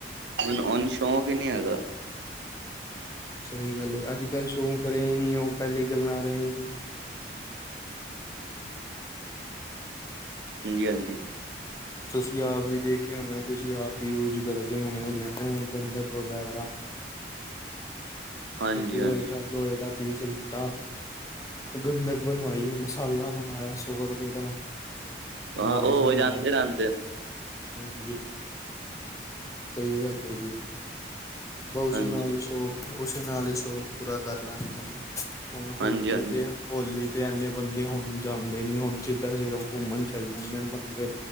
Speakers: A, on the right; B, on the left.
A: ਉਨੂੰ ਅ ਉਨ ਸ਼ੌਕ ਈ ਨੀ ਹੈਗਾ।
B: ਸਈ ਗੱਲ ਏ ਅੱਜ ਕੱਲ੍ਹ ਸ਼ੌਂਕ ਰਹੇ ਨੀ ਉਹ ਪੈਲੀ ਗੱਲਾਂ ਰਈ ਨੀ।
A: ਹਾਂਜੀ-ਹਾਂਜੀ।
B: ਤੁਸੀਂ ਆਪ ਵੀ ਦੇਖਿਆ ਹੋਣਾ ਤੁਸੀਂ ਆਪ ਈ ਯੂਜ ਕਰਦੇ ਹੋਣੇ ਓ ਜਿਵੇ ਗੰਧਕ ਵਗੈਰਾ
A: ਹਾਂਜੀ
B: ਇੱਕ ਲੋਏ
A: ਹਾਂਜੀ
B: ਦਾ ਗਲੋਏ ਕਾ ਪੀਸ ਲਿੱਤਾ ਗੰਦਕ ਬਣਵਾਈ ਮਸਾਲਾ ਮੰਗਾਯਾ ਸੋ ਰਪੇ ਦਾ।
A: ਹਾਂ
B: ਬਉਸੀ
A: ਓ
B: ਨਾਲ
A: ਜਾਂਦੇ ਰੈੰਦੇ ਨ।
B: ਹਾਂਜੀ ਬੀ, ਸਈ ਗੱਲ ਏ ਜੀ। ਬ ਉਸੀ
A: ਹਾਂਜੀ
B: ਨਾਲ ਈ ਸ਼ੌਕ ਉਸੀ ਨਾਲ ਈ ਸ਼ੌਕ ਪੂਰਾ ਕਰ ਲੈਂਦੇ ਨੇ। ਹੁਣ ਹੋਲੀ
A: ਹਾਂਜੀ ਹਾਂਜੀ
B: ਤੇ ਹੋਲੀ ਤੇ ਇਨੇ ਬੰਦੇ ਹੁਣ ਜਾਂਦੇ ਨੀ। ਹੁਣ ਸਿੱਧਾ ਸਿਰਫ ਕੁੰਮਣ ਚਲੇ ਜਾਂਦੇ ਨੇ ਬੰਦੇ।